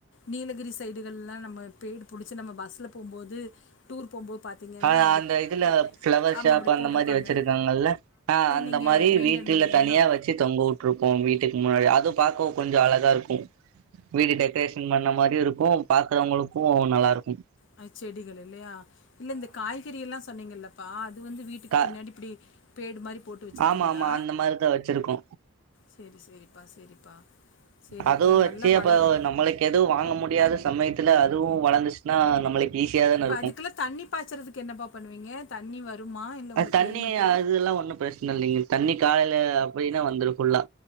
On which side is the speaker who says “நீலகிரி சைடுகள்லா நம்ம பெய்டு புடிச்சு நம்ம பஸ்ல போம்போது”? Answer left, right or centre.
Left